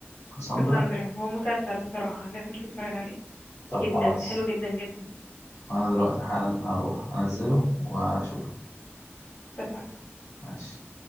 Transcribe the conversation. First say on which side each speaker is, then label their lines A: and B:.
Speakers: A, on the left; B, on the left.
A: كاساندرا
B: كاساندرا هو مسلسل بصراحة لازم تتفرج عليه
A: طب
B: جدا
A: خلاص
B: حلو جدا جدا
A: انا دلوقتي حالا هروح انزله واشوفه
B: اتفق
A: ماشي